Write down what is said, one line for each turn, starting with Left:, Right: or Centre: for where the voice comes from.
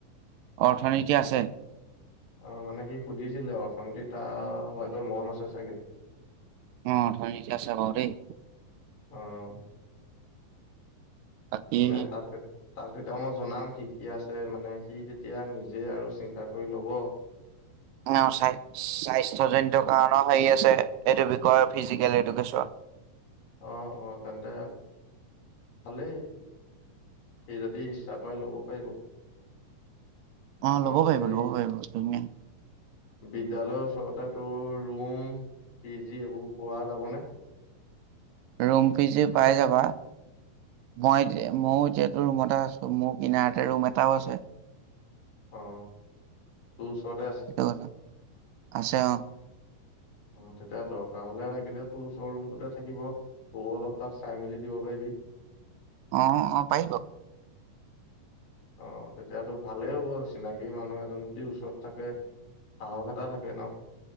Right: অৰ্থনীতি
Left: <unintelligible>
Right: আছে
Left: অ, মানে কি সুধিছিলে অৰ্থনীতি তাও হয়তো মন আছে চাগে।
Right: অ, অৰ্থনীতি আছে বাৰু দেই।
Left: অহ',
Right: বাকী
Left: নাই তাকেত তাক তেতিয়া মই জনাম কি - কি আছে মানে সি তেতিয়া নিজে আৰু চিন্তা কৰি লব।
Right: <unintelligible> স্বা - স্বাস্থ্যজনিত কাৰণ হেৰি আছে এইটো বিকয় ফিজিকেল এডুকেচন।
Left: অ অ তেন্তে ভালেই সি যদি ইচ্ছা কৰে ল'ব পাৰিব
Right: অ ল'ব
Left: আৰু
Right: পাৰিব
Left: হেৰি
Right: ল'ব পাৰিব ধুনীয়াই
Left: বিদ্যালয়ৰ ওচৰতে তোৰ ৰুম পি জি এইবোৰ পোৱা যাবনে
Right: ৰুম পি পাই যাবা মই এতিয়া ময়ো এতিয়াতো ৰুমতে আছোঁ মোৰ কিনাৰতে ৰুম এটাও আছে।
Left: অ তোৰ ওচৰতে আছে।
Right: সেইটো কথা। আছে অ।
Left: অ তেতিয়া দৰকাৰ হ'লে লাগিলে তোৰ ওচৰ ৰুমটোতে থাকিব তোৰ অলপ তাক চাই মেলি দিব পাৰিবি।
Right: অ অ পাৰিব।
Left: অ তেতিয়াতো ভালেই হ'ব চিনাকি মানুহ এজন যদি ওচৰত থাকে সাহস এটা থাকে ন।